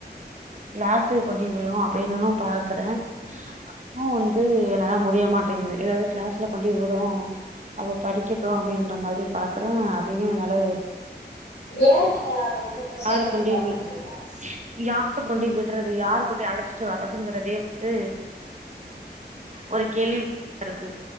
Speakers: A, on the right; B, on the left.
A: கிளாசுக்கு கொண்டோய் விடுவோ அப்படின்னுன்னு பாக்குறே அதுவு வந்து என்னால முடிய மாட்டேங்குது ஏதாவது கிளாஸ்ல கொண்டோய் விடவு அவ படிக்கட்டு அப்டின்ற மாதிரி பாக்குறே அதயு என்னால
B: ஏன் நீங்க அத வந்து இன்னு செயல்படுத்தாம
A: யாரு கொண்டோய் விடு
B: இருக்கீங்க
A: யாரு கொண்டோய் விடுறது யாரு கொண்டோய் அழச்சிட்டு வர்றதுங்கிறதே வந்து ஒரு கேள்வியா இருக்கு